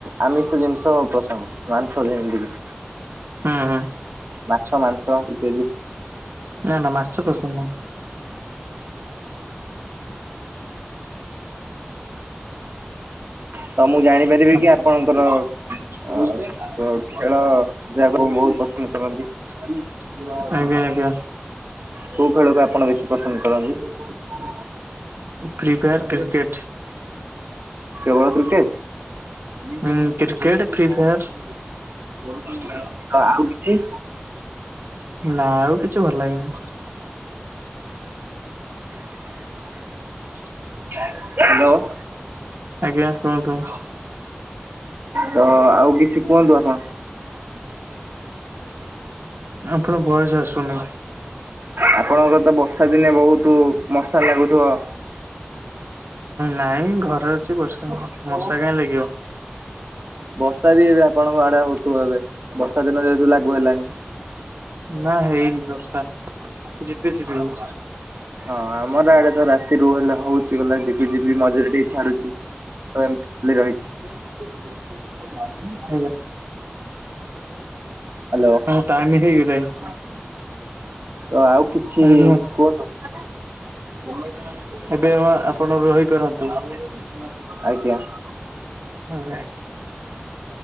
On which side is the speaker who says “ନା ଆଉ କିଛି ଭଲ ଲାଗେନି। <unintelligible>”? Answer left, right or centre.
Right